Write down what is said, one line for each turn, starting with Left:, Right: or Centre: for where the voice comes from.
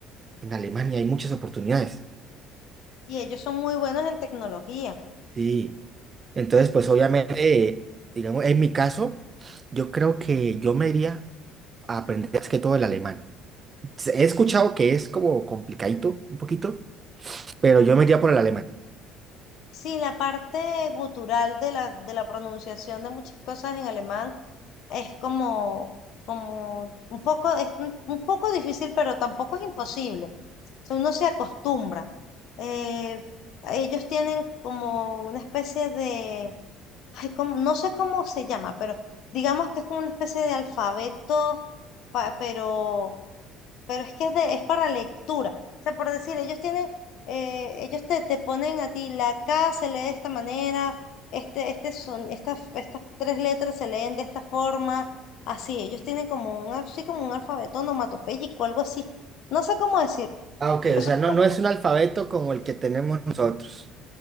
Right: En Alemania hay muchas oportunidades.
Left: Y ellos son muy buenos en tecnología.
Right: Sí. Entonces, pues obviamente, eh, digamos, en mi caso, yo creo que yo me iría a aprender más que todo el alemán. He escuchado que es como complicadito un poquito, pero yo me iría por el alemán.
Left: Sí, la parte gutural de la, de la pronunciación de muchas cosas en alemán es como, como un poco, es un un poco difícil, pero tampoco es imposible. O sea, uno se acostumbra. Eh, ellos tienen como una especie de ay, cómo- no sé cómo se llama, pero digamos que es como una especie de alfabeto, pa- pero, pero es que es, de- es para lectura. O sea, por decir, ellos tienen, eh, ellos te, te ponen a ti, la K se lee de esta manera, este, este son, estas, estas tres letras se leen de esta forma, así, ellos tienen como un, así como un alfabeto onomatopéyico, algo así. No sé cómo decir.
Right: Ah, ok,
Left: Resulta
Right: o sea, no, no es un alfabeto como el que tenemos nosotros.